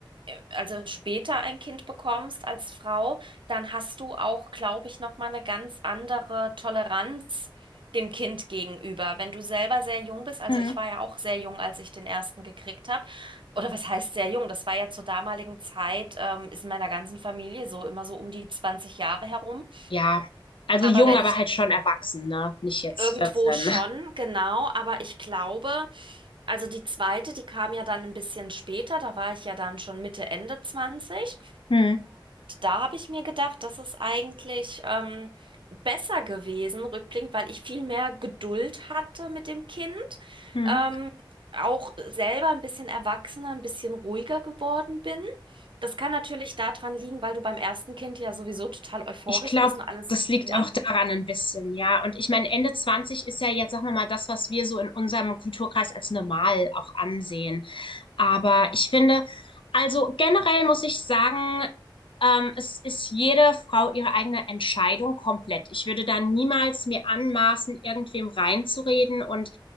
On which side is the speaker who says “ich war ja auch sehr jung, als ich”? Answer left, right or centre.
Right